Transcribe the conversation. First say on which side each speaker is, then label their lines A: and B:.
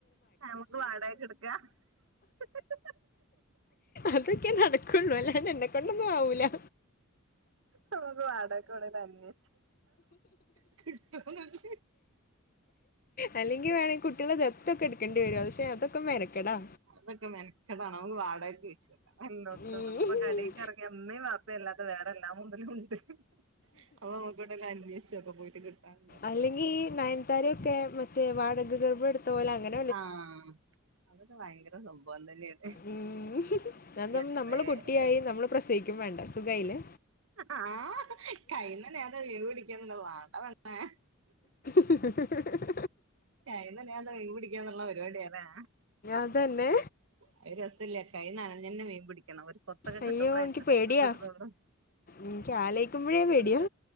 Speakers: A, on the right; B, on the left.
A: ഞമുക്ക് വാടകക്കെടുക്കാ <inaudible>
B: അതൊക്കെ നടക്കൊള്ളൂ അല്ലാണ്ടെന്നെക്കൊണ്ടാവൂല
A: ഞമ്മക്ക് വാടകക്കോണെന്നെ നല്ലെ <unintelligible> കിട്ടോന്നൊന്ന്
B: അല്ലെങ്കിൽ വേണെ കുട്ട്യാളെ ദത്തൊക്കെ എടുക്കേണ്ടി വരും പക്ഷെ അതൊക്കെ മെനെക്കടാ
A: അതൊക്കെ മെനക്കെടാണ്. നമ്മക്ക് വാടകക്കോയ്ച്ചോക്കാ ഇല്ലോട്ത്തുണ്ടോ
B: ഉം.
A: കടക്കെറങ്ങിയാ ഇമ്മീം ബാപ്പിമ് അല്ലാത്തെ വേറെ എല്ലാ മുതലുണ്ട് അപ്പൊ നമുക്കിവിടൊക്കെ അന്വേഷിച്ചൊക്കാ പോയിട്ട് കിട്ടാണ്ടോന്ന്
B: അല്ലെങ്കിൽ ഈ നയൻതാരയൊക്കെ മറ്റേ വാടക ഗർഭ എടുത്ത പോലങ്ങനെ
A: ആഹ്‌ അതൊക്കെ ഭയങ്കര സംഭവം തന്നെയാണ്.
B: ഹ്മ്മ് ന
A: എത്രേ
B: നമ്മള് കുട്ടിയായി
A: ലക്ഷം
B: നമ്മള് പ്രസവിക്കും വേണ്ട സുഖായില്ലേ
A: ആഹ്‌ കയ്ന നേരം മീൻ പിടിക്കുന്നുണ്ട് വാണ്ട പെണ്ണെ
B: <inaudible>
A: കൈന നേരം മീൻ പിടിക്കാന്നുള്ള പരിവാടിയാല്ലേ
B: അതന്നെ
A: അത് രസല്ല കൈ നനഞ്ഞന്നെ മീൻ പിടി ഒരു കൊത്തൊക്കെ
B: അയ്യോ
A: കിട്ടുമ്പളെ അയിന്റെ
B: എനിക്ക് പേടിയാ
A: സുഖം കിട്ട്ണൊള്ളൂ.
B: എനിക്ക് ആലോചിക്കുമ്പോഴേ പേടിയാ
A: അതെ